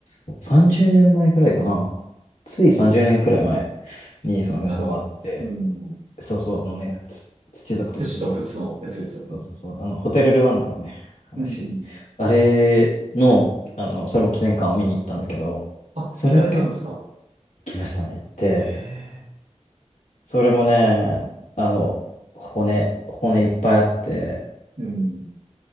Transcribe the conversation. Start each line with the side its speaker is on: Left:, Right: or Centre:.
Left: そう30年前くらいかな。つい30年くらい前にその紛争があって、
Right: あの、うん。
Left: そうそう、あのね、ふつ土族と仏族の、
Right: 寿司と仏のやつですよね。
Left: そうそうそう、あの、ホテルルワンダのね、話。
Right: うん。
Left: あれの、あの、それも記念館を見に行ったんだけど、
Right: あ、
Left: それも結構
Right: 行かれたんですか
Left: 行きましたね、行って。
Right: ええ
Left: それもね、あの、骨、骨いっぱいあって、
Right: うん。